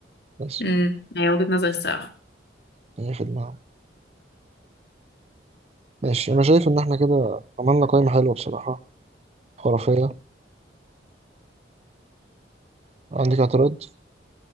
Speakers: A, on the right; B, on the left.
A: بس
B: امم أيوه وجهة نظري الصراحة
A: يعني هي في دماغي ماشي انا شايف ان احنا كده عملنا قائمة حلوة بصراحة خرافية عندك اعتراض